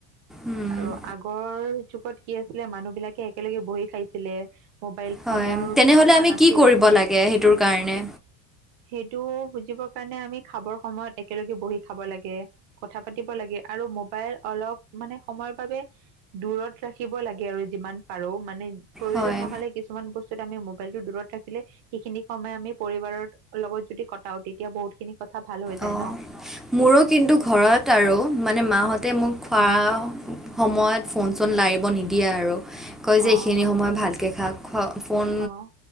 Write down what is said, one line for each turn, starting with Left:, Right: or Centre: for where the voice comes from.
Centre: উম।
Right: আৰু আগৰ যুগত কি আছিলে মানুহ বিলাকে একেলগে বহি খাইছিলে মোবাইল ফোনৰ
Centre: হয় তেনেহ'লে
Right: কথা
Centre: আমি
Right: নাছিলে
Centre: কি কৰিব লাগে সেইটোৰ কাৰণে
Right: সেইটো বুজিব কাৰণে আমি খাবৰ সময়ত একেলগে বহি খাব লাগে কথা পাতিব লাগে আৰু মোবাইল অলপ মানে সময়ৰ বাবে দূৰত ৰাখিব লাগে আৰু যিমান পাৰোঁ মানে প্ৰয়োজন
Centre: হয়
Right: নহ'লে কিছু কিছুমান বস্তুত আমি মোবাইলটো দূৰত ৰাখিলে সেইখিনি সময় আমি পৰিবাৰৰ লগত যদি কটাও তেতিয়া বহুত খিনি কথা ভাল হৈ
Centre: অঁ
Right: যায় ন
Centre: মোৰো কিন্তু ঘৰত আৰু মানে মাহঁতে মোক খোৱা
Right: অঁ
Centre: সময়ত ফোন চোন লাৰিব নিদিয়ে আৰু কয় যে
Right: অঁ
Centre: এইখিনি সময় ভালকৈ খাক খ ফোন
Right: অঁ